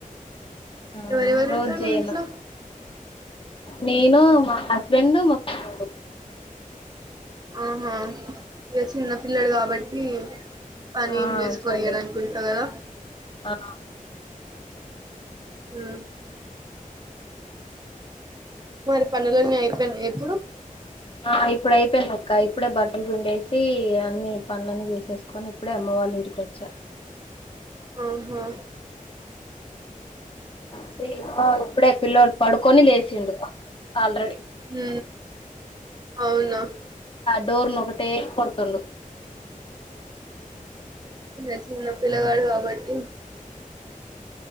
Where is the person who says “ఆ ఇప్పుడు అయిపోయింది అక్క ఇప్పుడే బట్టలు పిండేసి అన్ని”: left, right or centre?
Left